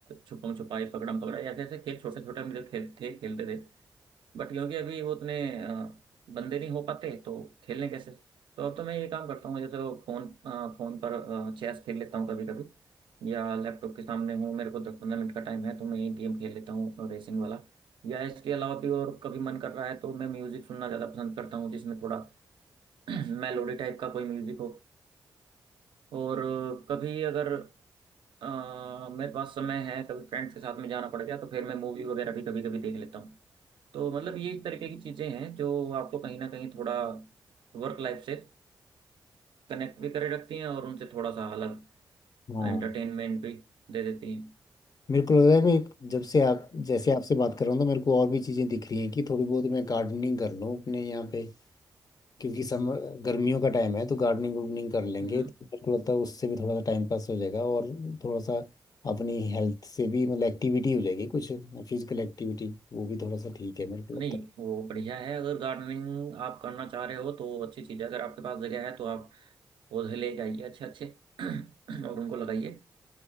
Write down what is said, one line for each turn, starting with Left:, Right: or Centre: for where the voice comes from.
Right: छुपम छुपाई पकड़म पकड़ाई ऐसे ऐसे खेल छोटे छोटे हम जो खेल थे खेलते थे बट क्योंकि अभी वो उतने अ, बंदे नहीं हो पाते तो खेलने कैसे तो अब तो मैं ये काम करता हूँ जैसे फोन फोन पर चेस खेल लेता हूँ कभी कभी या लैपटॉप के सामने हूँ मेरे को दस पंद्रह मिनट का टाइम है तो मैं ये गेम खेल लेता हूँ रेसिंग वाला या इसके अलावा भी और कभी मन कर रहा है तो मैं म्यूजिक सुनना ज़्यादा पसंद करता हूँ जिसमें थोड़ा <clears throat> मेलोडी टाइप का कोई म्यूजिक हो और अ, कभी अगर अ, मेरे पास समय है कभी फ्रेंड्स के साथ में जाना पड़ गया तो फिर मैं मूवी वगैरह भी कभी कभी देख लेता हूँ तो मतलब ये एक तरीके की चीजें हैं जो आपको कहीं ना कहीं थोड़ा वर्क लाइफ से कनेक्ट भी करे रखती हैं और उनसे थोड़ा सा अलग
Left: हाँ
Right: एंटरटेनमेंट भी दे देती हैं
Left: मेरे को लग रहा है मैं एक- जब से आप जैसे आपसे बात कर रहा हूँ तो मेरे को और भी चीज़ें दिख रही हैं कि थोड़ी बहुत मैं गार्डनिंग कर लूँ अपने यहाँ पे क्योंकि सम गर्मियों का टाइम है तो गार्डनिंग वार्डनिंग कर लेंगे
Right: हम्म,
Left: तो मेरे को लगता है उससे भी थोड़ा सा टाइम पास हो जाएगा और थोड़ा सा अपनी हेल्थ से भी मतलब एक्टिविटी हो जाएगी कुछ फिजिकल एक्टिविटी वो भी थोड़ा सा ठीक है मेरे को लगता
Right: नहीं वो बढ़िया है अगर गार्डनिंग आप करना चाह रहे हो तो अच्छी चीज़ है अगर आपके पास जगह है तो आप पौधे लेके आइए अच्छे अच्छे <clears throat> और उनको लगाइए